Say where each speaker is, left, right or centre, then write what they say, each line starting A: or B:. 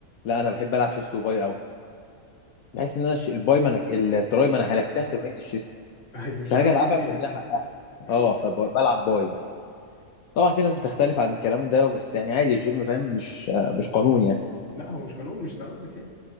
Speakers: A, on the left; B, on the left.
A: لا انا بحب العب شيست وباي قوي بحس ان انا الش- الباي ما انا التراي ما انا هلكتها في تمرينه الشيست
B: <laughs> ايوه
A: فهاجي
B: مش هتعرف
A: العبها
B: تشيل فيها
A: مش هديها
B: كتير
A: حقها
B: ايوه
A: اه فبلعب
B: ايوه
A: باي بقى طبعا في ناس بتختلف عن الكلام ده بس يعني عادي الجيم فاهم مش آه، مش قانون يعني
B: لا هو مش قانون مش ثوابت يعني